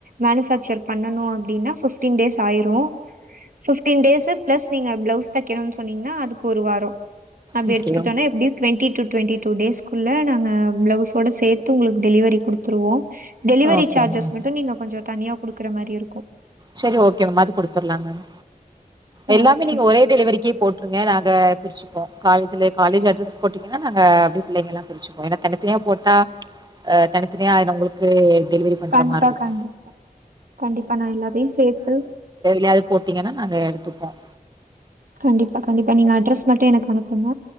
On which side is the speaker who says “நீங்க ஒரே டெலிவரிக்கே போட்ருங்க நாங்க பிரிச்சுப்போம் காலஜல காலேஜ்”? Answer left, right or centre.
Right